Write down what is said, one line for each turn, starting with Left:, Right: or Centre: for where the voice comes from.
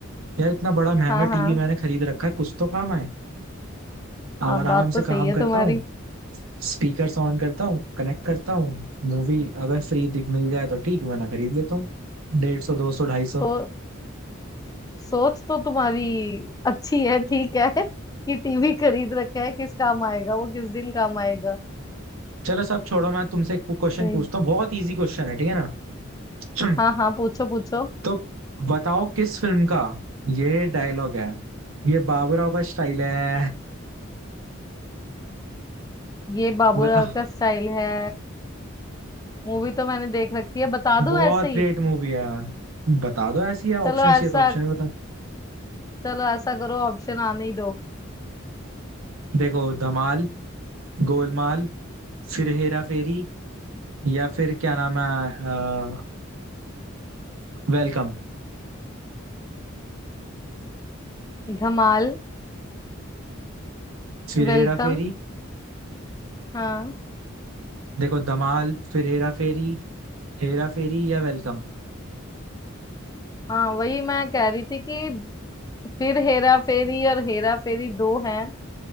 Right: यार इतना बड़ा महंगा
Left: हाँ हाँ
Right: टीवी मैंने खरीद रखा है कुछ तो काम आए अब
Left: हाँ
Right: आराम
Left: बात तो
Right: से काम
Left: सही है
Right: करता
Left: तुम्हारी
Right: हूँ स्पीकर्स ऑन करता हूँ कनेक्ट करता हूँ मूवी अगर फ्री दिख मिल जाए तो ठीक वरना खरीद लेता हूँ डेढ़ सौ दो सौ ढाई सौ
Left: तो सोच तो तुम्हारी अच्छी है ठीक है <laughs> कि टीवी खरीद रखा है किस काम आएगा वो किस दिन काम आएगा
Right: चलो सब छोड़ो मैं तुमसे एक क्वेश्चन
Left: सही
Right: पूछता हूँ बहुत इजी क्वेश्चन है ठीक है ना <clears throat>
Left: हाँ हाँ पूछो पूछो
Right: तो बताओ किस फिल्म का ये डायलॉग है ये बाबूराव का स्टाइल है
Left: ये बाबूराव
Right: बताओ
Left: का स्टाइल है मूवी तो मैंने देख रखी है बता दूं
Right: बहुत
Left: ऐसे ही
Right: ग्रेट मूवी है बता दो ऐसी है ऑप्शन
Left: चलो
Right: चाहिए
Left: ऐसा
Right: तो ऑप्शन में बता
Left: चलो ऐसा करो ऑप्शन आने ही दो
Right: देखो धमाल गोलमाल फिर हेरा फेरी या फिर क्या नाम है अ, वेलकम
Left: धमाल
Right: फिर
Left: वेलकम
Right: हेरा फेरी
Left: हाँ
Right: देखो धमाल फिर हेरा फेरी हेरा फेरी या वेलकम
Left: हाँ वही मैं कह रही थी कि फिर हेरा फेरी और हेरा फेरी दो हैं